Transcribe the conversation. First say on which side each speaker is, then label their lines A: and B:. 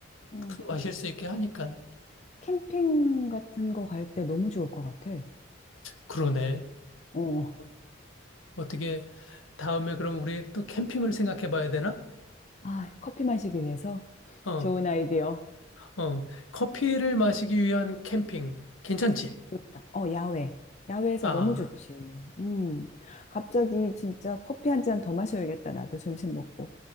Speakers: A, on the left (about 35°); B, on the left (about 80°).
A: 어,
B: 탁 마실 수 있게 하니까.
A: 캠핑 같은 거 갈 때 너무 좋을 것 같아.
B: 그러네.
A: 어,
B: 어, 어떻게 다음에 그럼 우리 또 캠핑을 생각해 봐야 되나?
A: 아, 커피 마시기 위해서
B: 어,
A: 좋은 아이디어.
B: 어. 커피를 마시기 위한 캠핑. 괜찮지?
A: 좋다. 어, 야외. 야외에서
B: 아.
A: 너무 좋지. 음. 갑자기 진짜 커피 한 잔 더 마셔야겠다. 나도 점심 먹고.